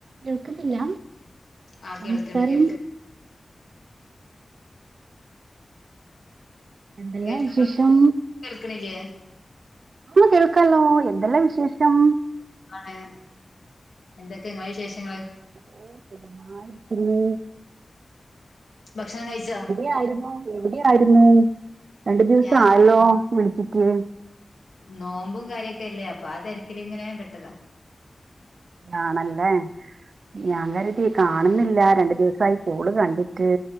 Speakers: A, on the right; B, on the left.
A: കേൾക്കുന്നില്ല
B: ആ കേൾക്കണ്ട്
A: നമസ്കാരം
B: കേൾക്ക്
A: എന്തെല്ലാം
B: കേൾക്ക
A: വിശേഷം
B: കേൾക്കണില്ലേ
A: ഇപ്പള് കേൾക്കാലോ എന്തെല്ലാം വിശേഷം
B: സുഖാണ് എന്തൊക്കെ നിങ്ങളെ വിശേഷങ്ങള്
A: ഓ സുഖമായിയിരിക്കുന്ന്
B: ഭക്ഷണം കഴിച്ച
A: എവിടെ ആയിരുന്നു എവിടെ ആയിരുന്നു രണ്ടു ദിവസം
B: ഞാ
A: ആയല്ലോ വിളിച്ചിട്ട്
B: നോമ്പും കാര്യൊക്കെ അല്ലേ അപ്പൊ ആ തിരക്കിലിങ്ങനെ പെട്ടതാ
A: ആണല്ലേ ഞാൻ കരുതി കാണുന്നില്ല രണ്ടു ദിവസമായി കോള് കണ്ടിട്ട്